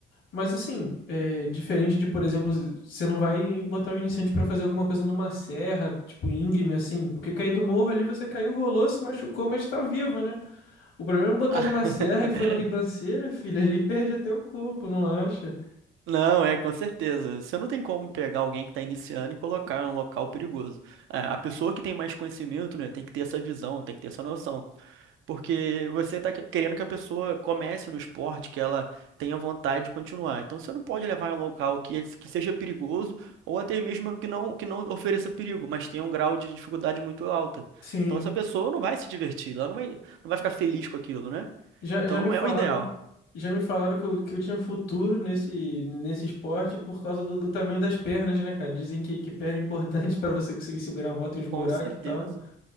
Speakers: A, on the left; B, on the right.
A: Mas assim, é, diferente de, por exemplo, você não vai botar o iniciante pra fazer alguma coisa numa serra, tipo íngreme, assim, porque cair do morro ali você caiu, rolou, se machucou, mas tá vivo, né? O problema é botar
B: <laughs>
A: numa serra e foi na ribanceira, <laughs> filho, ali perde até o corpo, não acha?
B: Não, é, com certeza. Você não tem como pegar alguém que está iniciando e colocar em um local perigoso. É, A pessoa que tem mais conhecimento, né, tem que ter essa visão, tem que ter essa noção. Porque você está querendo que a pessoa comece no esporte, que ela tenha vontade de continuar. Então você não pode levar em um local que, ele- que seja perigoso ou até mesmo que não, que não ofereça perigo, mas tenha um grau de dificuldade muito alta.
A: Sim.
B: Então essa pessoa não vai se divertir, ela não vai, não vai ficar feliz com aquilo, né?
A: Já,
B: Então
A: já me
B: não
A: falaram,
B: é o ideal,
A: já me falaram que eu, que eu tinha futuro nesse, nesse esporte por causa do, do tamanho das pernas, né, cara? Dizem que, que perna é importante <laughs> para você conseguir segurar a moto em uns buracos
B: com certeza.
A: e tal.